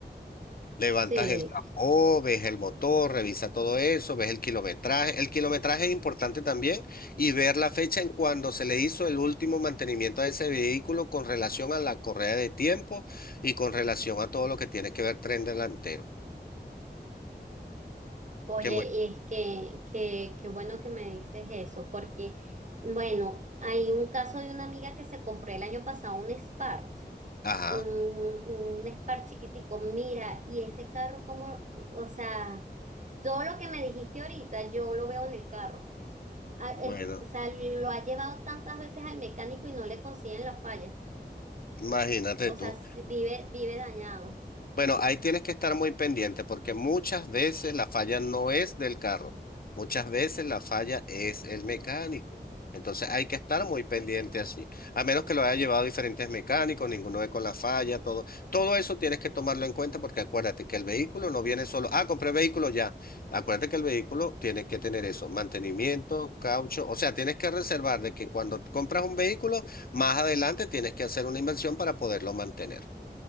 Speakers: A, on the left; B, on the right.
A: Levantas
B: sí.
A: el capó, ves el motor, revisa todo eso, ves el kilometraje. El kilometraje es importante también y ver la fecha en cuando se le hizo el último mantenimiento a ese vehículo con relación a la correa de tiempo y con relación a todo lo que tiene que ver tren delantero.
B: Oye,
A: Que muy...
B: y es que, que, qué bueno que me dices eso, porque, bueno, hay un caso de una amiga que se compró el año pasado un Spark,
A: Ajá,
B: un, un Spark chiquitico. Mira, y ese carro como, o sea, todo lo que me dijiste ahorita, yo lo veo en el carro. Ah,
A: bueno,
B: es- o sea, lo ha llevado tantas veces al mecánico y no le consiguen la falla.
A: imagínate
B: O
A: tú.
B: sea, sí, vive, vive dañado.
A: Bueno, ahí tienes que estar muy pendiente porque muchas veces la falla no es del carro, muchas veces la falla es el mecánico. Entonces hay que estar muy pendiente así. A menos que lo haya llevado diferentes mecánicos, ninguno ve con la falla, todo. Todo eso tienes que tomarlo en cuenta porque acuérdate que el vehículo no viene solo. Ah, compré vehículo ya. Acuérdate que el vehículo tiene que tener eso, mantenimiento, caucho. O sea, tienes que reservar de que cuando compras un vehículo, más adelante tienes que hacer una inversión para poderlo mantener.